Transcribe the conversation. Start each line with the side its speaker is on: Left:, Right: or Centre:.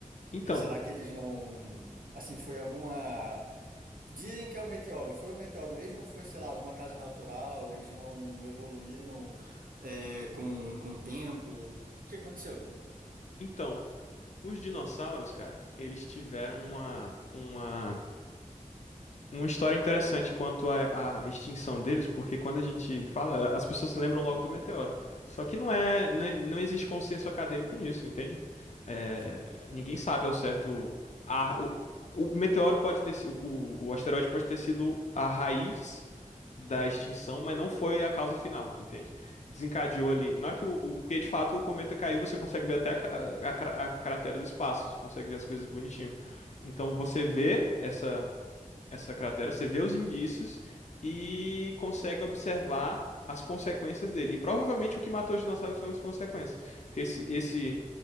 Left: Então,
Right: E será que eles não, assim, foi alguma Dizem que é o meteoro. Foi o meteoro mesmo ou foi, sei lá, alguma casa natural? Eles não evoluíram é, com, com o tempo? O que aconteceu?
Left: então, os dinossauros, cara, eles tiveram uma, uma uma história interessante quanto à, à extinção deles, porque quando a gente fala, as pessoas se lembram logo do meteoro. Só que não é, não, é, não existe consenso acadêmico nisso, entende? É,
Right: Sim,
Left: ninguém sabe ao certo. A, o, o meteoro pode ter sido, o, o asteroide pode ter sido a raiz da extinção, mas não foi a causa final, entende? Desencadeou ali. Na hora que o, o- porque de fato o cometa caiu, você consegue ver até a, ca- a, cra- a cratera do espaço, você consegue ver as coisas bonitinho. Então você vê essa essa cratera, você vê os indícios e consegue observar as consequências dele. E provavelmente o que matou os dinossauros foram as consequências. Porque esse, esse